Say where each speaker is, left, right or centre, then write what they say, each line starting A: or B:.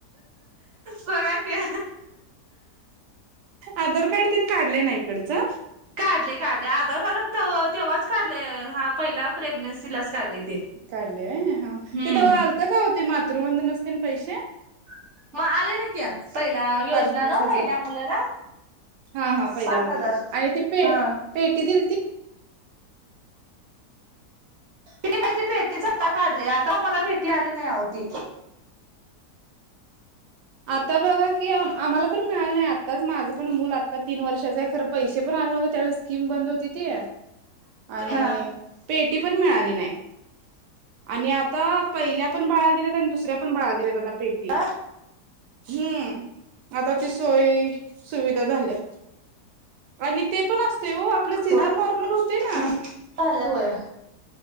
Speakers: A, on the right (about 50°); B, on the right (about 85°).
A: बघ की
B: आधार कार्ड ते न काढले ना इकडच? <inaudible>
A: काढले काढले आधार तेव्हाच काढलेय हा पहिला प्रेग्नेन्सीलाच काढले ते
B: काढले हा
A: हम्म
B: तवा आलतं का? होते मातृवंदना ते न पैसे
A: <inaudible> मग आलेलं की पहिल्या योजना
B: पाच पाच
A: न
B: हजार
A: पहिल्या मुलाला
B: हा- हा पहिल्या
A: पाच
B: मुलाला
A: हजार
B: आणि ती पे
A: हा
B: <inaudible> पेटी दि
A: ति <inaudible> नाही ती पेटीच आता काढलीय आता आम्हाला पेटी आली नाही ती
B: आता बघा की आम्हाला पण मिळाल नाही आताच माझ पण मुल आता तीन वर्ष खरं पैसे पण आलं नव्हते त्यावेळी स्कीम बंद होती ती आणि
A: हा
B: पेटी पण मिळाली नाही आणि आ आता पहिल्या पण बाळाला दिलेत आणि दुसऱ्या पण बाळायला दिलेत आता पेटी
A: आ
B: हम्म. आता ती सोय सुविधा झाल्या आणि ते पण अस ते आपले सीझन
A: वा
B: नॉर्मल होते ना.
A: झालं होय.